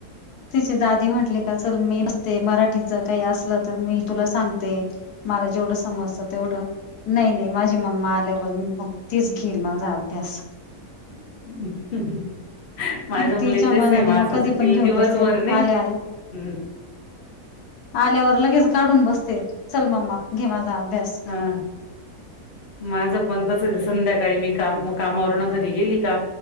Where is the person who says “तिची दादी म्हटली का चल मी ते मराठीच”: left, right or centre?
Left